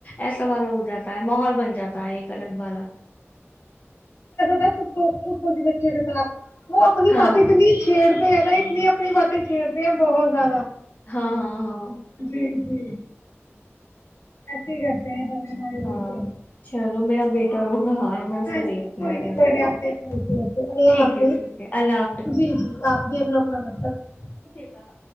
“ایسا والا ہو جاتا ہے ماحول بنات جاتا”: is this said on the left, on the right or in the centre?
Left